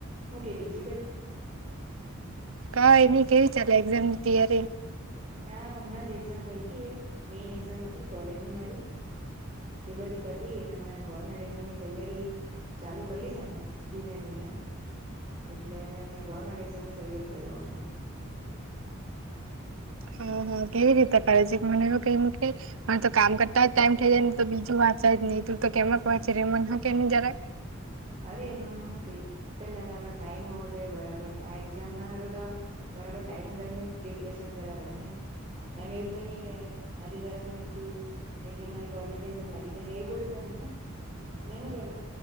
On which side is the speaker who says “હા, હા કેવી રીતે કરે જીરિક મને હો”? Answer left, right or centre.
Right